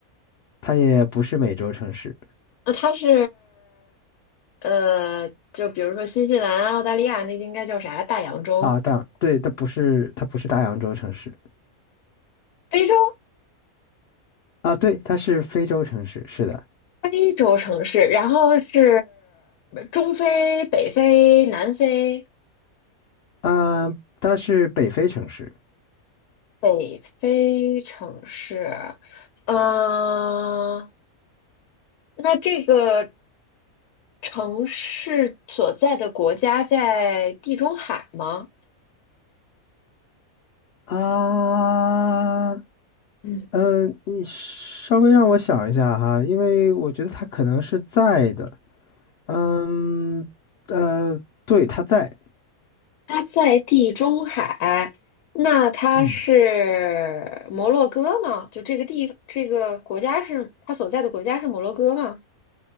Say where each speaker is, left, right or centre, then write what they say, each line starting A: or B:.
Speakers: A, on the left (about 65°); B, on the left (about 85°).
A: 它也不是美洲城市
B: 呃，它是呃，就比如说新西兰、澳大利亚那应该叫啥？大洋洲、
A: 啊，但对，它不是，它不是大洋洲城市
B: 非洲、
A: 啊，对，它是非洲城市，是的。
B: 非洲城市，然后是中非、北非、南非、
A: 啊，它是北非城市。
B: 北非城市。嗯、那这个城市所在的国家在地中海吗？
A: 啊，
B: 嗯。
A: 嗯，呃你稍微让我想一下哈，因为我觉得它可能是在的。嗯，呃，对，它在。
B: 它在地中海，那它是摩洛哥吗？
A: 嗯，
B: 就这个地，这个国家是它所在的国家是摩洛哥吗？